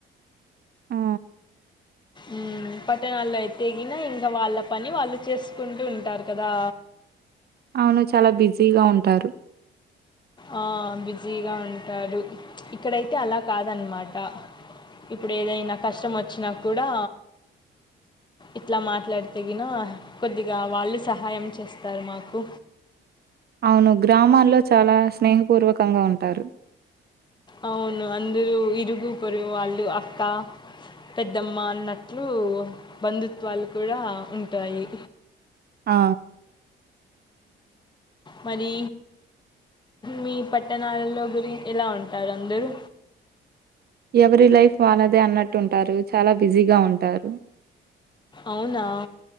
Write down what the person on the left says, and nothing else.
ఉమ్, పట్టణాల్లో అయితెగినా ఇంకా వాళ్ళ పని వాళ్ళు చేసుకుంటూ ఉంటారు కదా
ఆ బిజీగా ఉంటడు. ఇక్కడైతే అలా కాదన్నమాట. ఇప్పుడు ఏదైనా కష్టం వచ్చినా కూడా ఇట్లా మాట్లాడితెగినా కొద్దిగా వాళ్ళు సహాయం చేస్తారు మాకు.
అవును అందరూ ఇరుగు పరుగు వాళ్ళు అక్క పెద్దమ్మ అన్నట్లు బంధుత్వాలు కూడా ఉంటాయి.
మరి మీ పట్టణాలలో గురి ఎలా ఉంటారు అందరూ?
అవునా?